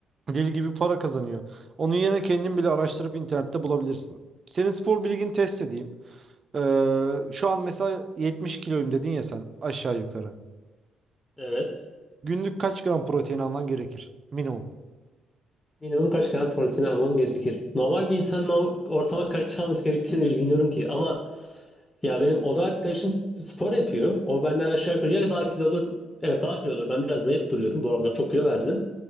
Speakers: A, on the right; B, on the left.
A: Deli gibi para kazanıyor. Onun yerine kendin bile araştırıp internette bulabilirsin. Senin spor bilgini test edeyim. Ee, şu an mesela 70 kiloyum dedin ya sen aşağı yukarı.
B: Evet.
A: Günlük kaç gram protein alman gerekir? Minimum.
B: Minimum kaç gram protein almam gerekir? Normal bir insanın o ortama kaçacağımız gerektiğini bile bilmiyorum ki. Ama Ya benim oda arkadaşım spor yapıyor. O benden aşağı yukarı ya daha kilodur. Evet daha kilodur. Ben biraz zayıf duruyorum. Bu aralar çok kilo verdim.